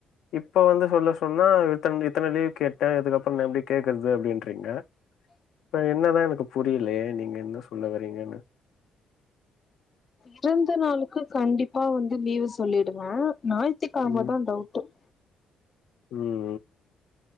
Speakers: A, on the left; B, on the left.
A: இப்ப வந்து சொல்ல சொன்னா இத்தன இத்தன லீவ் கேட்ட இதுக்கப்றோ எப்டி கேக்கறது அப்டின்றீங்க இப்ப என்னதா எனக்கு புரியலியே நீங்க என்ன சொல்ல வரீங்கனு
B: பிறந்த நாளுக்கு கண்டிப்பா வந்து லீவு சொல்லிடுவ ஞாயித்து கிழமதா
A: ம்
B: டவுட்டு ட்டு
A: ம்